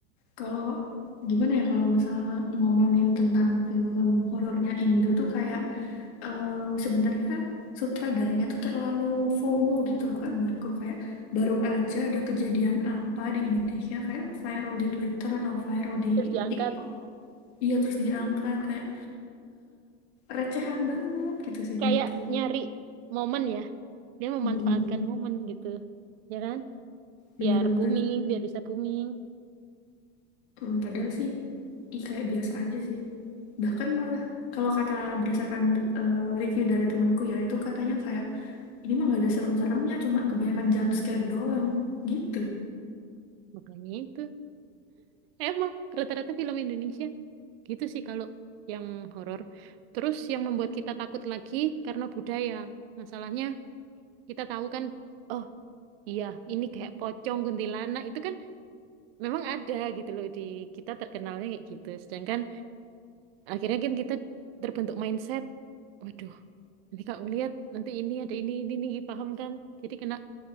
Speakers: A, on the left; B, on the right.
A: kalau gimana ya kalau misal ngomongin tentang film horornya Indo tuh kayak eh, sebenarnya sutradaranya tuh terlalu FOMO gitu loh kak menurutku kayak baru aja ada kejadian apa di Indonesia kayak viral di Twitter atau
B: Hmm.
A: viral di
B: terus diangkat
A: TikTok iya terus diangkat kayak recehan banget gitu sih
B: kayak
A: menurutku
B: nyari momen ya Dia memanfaatkan
A: Mm-mm,
B: momen gitu. Ya kan?
A: bener-bener
B: Biar booming, biar bisa booming.
A: Mm, padahal sih ih, kayak biasa aja sih bahkan malah kalau kata berdasarkan eh, review dari temanku ya itu katanya kayak ini mah gak ada serem-seremnya cuma kebanyakan jump scare doang gitu
B: Makanya itu. Emang rata-rata film Indonesia gitu sih kalau yang horor. Terus yang membuat kita takut lagi karena budaya. Masalahnya kita tahu kan, oh iya ini kayak pocong kuntilanak itu kan memang ada gitu loh di kita terkenalnya kayak gitu. Sedangkan akhirnya kan kita terbentuk mindset, waduh nanti kalau ngeliat nanti ini ada ini ini, ini paham kan? Jadi kena